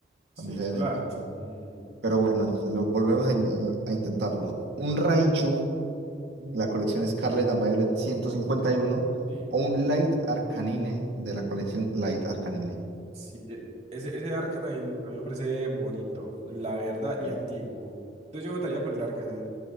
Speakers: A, on the right; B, on the right.
A: Sí,
B: también
A: full
B: sería
A: art.
B: lindo.
A: Mm,
B: Pero bueno, lo volvemos a, in- a intentarlo. Un Raichu, la colección Scarlet and Violet ciento cincuenta y uno
A: sí.
B: o un Light Arcanine de la colección Light Arcanine.
A: Sí, e- ese, ese Arcanine a mí me parece bonito, la verdad,
B: Sí,
A: y antiguo. Entonces yo votaría por el Arcanine.